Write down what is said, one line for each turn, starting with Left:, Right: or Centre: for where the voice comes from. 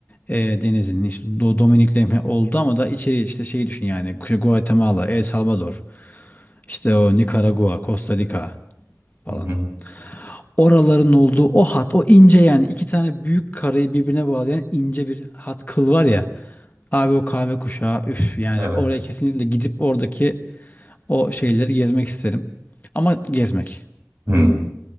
Left: e, denizinin işte Do- Dominik'le oldu ama da içeri işte şeyi düşün yani Guatemala, El Salvador, işte o Nikaragua, Costa Rica falan.
Right: Hı hı.
Left: Oraların olduğu o hat, o ince yani iki tane büyük karayı birbirine bağlayan ince bir hat kıl var ya. Abi o kahve kuşağı üf yani
Right: Evet.
Left: oraya kesinlikle gidip oradaki o şeyleri gezmek isterim. Ama gezmek.
Right: Hı.